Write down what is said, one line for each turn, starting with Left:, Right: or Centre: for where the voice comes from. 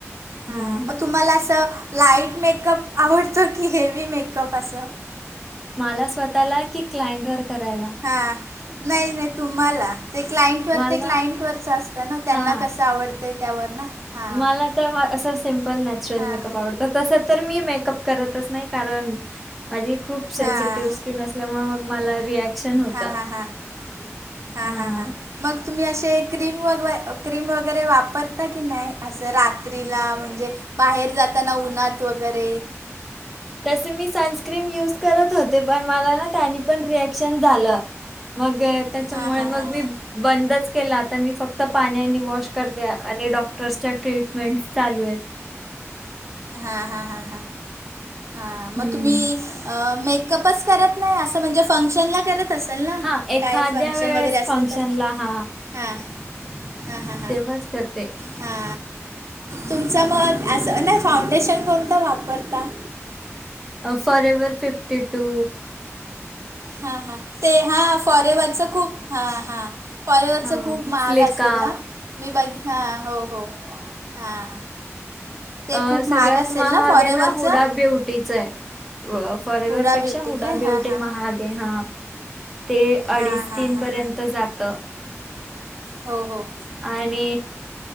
Right: हा,
Centre: हं.
Right: म- तुम्हाला असं लाईट मेकअप आवडतं की, हेवी मेकअप असं?
Centre: मला स्वतःला की, क्लाइंट वर करायला?
Right: हां, नाही, नाही, तुम्हाला? ते क्लाइंट वर
Centre: मला
Right: ते क्लाइंट वरच असतं ना, त्यांना
Centre: हां.
Right: कसं आवडतंय, त्यावर ना. हां
Centre: मला तर असं, सिम्पल नॅचरल
Right: हां
Centre: मेकअप आवडत. त तस तर मी मेकअप करतच नाही, कारण माझी खूप सेन्सिटिव्ह
Right: हां
Centre: स्किन अस- ल्यामुळे मग मला रियाक्शन होत.
Right: हां हां हां हां
Centre: हा.
Right: हां हां मग तुम्ही असे क्रीम व क्रीम वगैरे वापरता की नाही, असं रात्रीला म्हणजे- बाहेर जाताना उन्हात वगैरे.
Centre: तसे मी सनस्क्रीम युज करत होते, पण मला ना त्यानी पण रिएक्शन झालं. मग, त्याच्यामुळे
Right: हां हां
Centre: मग
Right: हां
Centre: मी- बंदच केल, आता मी फक्त पाण्याने आणि वॉश करते आणि डॉक्टरच्या ट्रीटमेंटस् चालू आहेत.
Right: हां, हां, हां, हा, मग
Centre: हम्म.
Right: तुम्ही- मेकअपच करत नाही, असं म्हणजे फंक्शनला करत- असेल ना,
Centre: हां, एखाद्या
Right: काय फंक्शन
Centre: वेळेस
Right: वगैरे असलं
Centre: फंक्शनला
Right: तर,
Centre: हां,
Right: हा, हा, हां.
Centre: तेव्हाच करते.
Right: हा, तुमच मग असं नाही फाउंडेशन कोणतं वापरता?
Centre: Forever fifty two.
Right: हा, हा, ते हा, फॉरेवरच खूप- हा, हा, फॉरेवरचं
Centre: हां,
Right: खूप महाग
Centre: फ्लेका
Right: असेल ना, मी बघे- हां, हो, हो, हां. ते
Centre: अ..
Right: खूप
Centre: सगळ्यात
Right: महाग असेल
Centre: महाग
Right: फॉरेवरचं
Centre: आहे ना, हुडा ब्यूटीच आहे. फॉरेवरपेक्षा
Right: हुडा ब्युटी
Centre: हुडा
Right: काय
Centre: ब्यूटी
Right: हां हां
Centre: महाग आहे, हा. ते अडीच
Right: हां हां
Centre: तीन
Right: हां
Centre: पर्यंत
Right: हां
Centre: जात.
Right: हो. हो.
Centre: आणि..